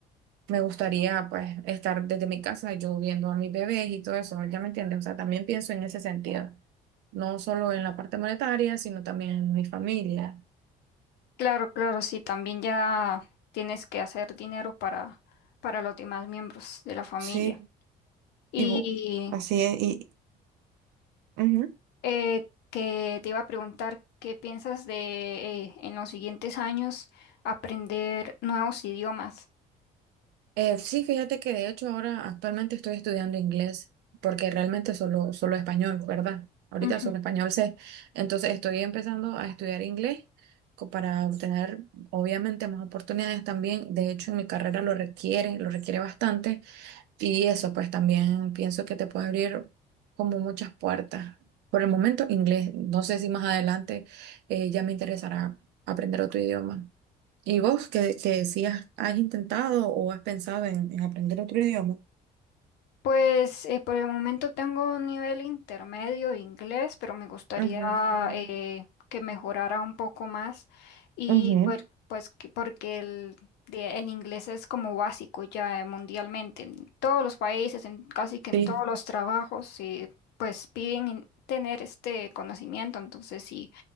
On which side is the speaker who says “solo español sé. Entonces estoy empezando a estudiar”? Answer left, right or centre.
Right